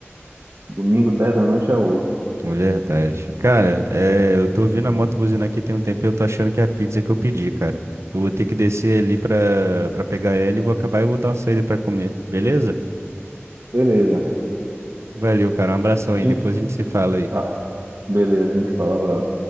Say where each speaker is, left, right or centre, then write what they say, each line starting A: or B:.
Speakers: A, on the right; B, on the right.
A: domingo 10 da noite é outro.
B: É Verdade. Cara, é, eu tô ouvindo a moto buzinar aqui tem um tempo e eu tô achando que é a pizza que eu pedi, cara. Eu vou ter que descer ali pra, pra pegar ela e vou acabar e vou dar uma saída pra comer, beleza?
A: Beleza.
B: Valeu, cara. Um abração aí.
A: A gente,
B: Depois a gente se fala aí.
A: ah, beleza, a gente fala, abraço.